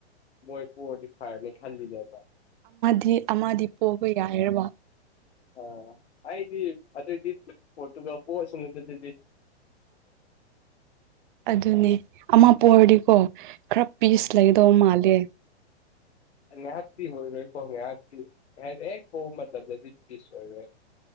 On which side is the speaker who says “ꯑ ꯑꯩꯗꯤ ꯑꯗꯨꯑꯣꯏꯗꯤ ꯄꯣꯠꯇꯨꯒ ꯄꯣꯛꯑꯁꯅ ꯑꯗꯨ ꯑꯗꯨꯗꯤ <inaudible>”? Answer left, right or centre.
Left